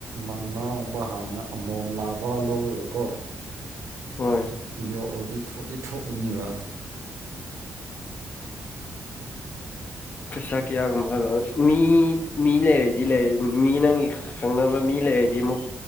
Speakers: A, on the right (about 75°); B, on the left (about 35°).
A: ꯃꯉꯥꯒꯨꯝꯕ ꯍꯥꯟꯅ ꯑꯃꯣꯝ ꯂꯥꯕ ꯂꯧꯔꯒꯀꯣ
B: ꯍꯣꯏ
A: ꯌꯣꯛꯑꯗꯤ ꯊꯣꯛꯗꯤ ꯊꯣꯛꯑꯅꯤꯕ
B: ꯄꯩꯁꯥ ꯀꯌꯥꯒꯨꯝꯕꯜ ꯃꯤ ꯃꯤ ꯂꯩꯔꯗꯤ ꯂꯩ ꯃꯤ ꯅꯪꯒꯤ ꯈꯪꯅꯕ ꯃꯤ ꯂꯩ ꯗꯤ ꯑꯃꯨꯛ